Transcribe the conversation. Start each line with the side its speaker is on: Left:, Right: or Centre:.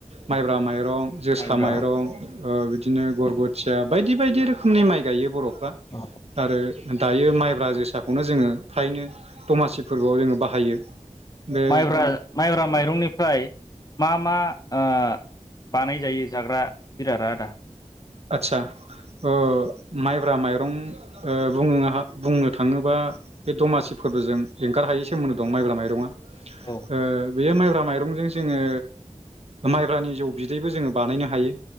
Right: माइब्रा
Left: औ
Right: माइरं जोसा
Left: माइब्रा
Right: माइरं ओ बिदिनो गरग'थिया बायदि बायदि रोखोमनि माइ गायो बर' फोरा
Left: औ
Right: आरो दायो माइब्रा जोसाखौनो जोङो फ्रायनो दमासि फोरबोआव जोङो बाहायो बे
Left: माइब्रा माइब्रा माइरंनिफ्राय मा मा आ बानायजायो जाग्रा जिराद आदा
Right: आतसा ओ माइब्रा माइरं ओ बुं बुंनो थाङोबा बे दमासि फोरबोजों एंगारहायै सोमोनदो दं माइब्रा माइरङा ओ
Left: औ
Right: बेयो माइब्रा माइरंजों जोङो माइब्रानि जौ बिदैबो जोङो बानायनो हायो